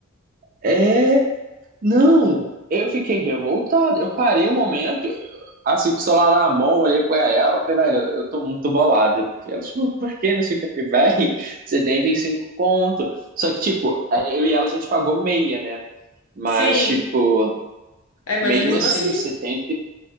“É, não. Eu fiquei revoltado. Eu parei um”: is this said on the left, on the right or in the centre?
Right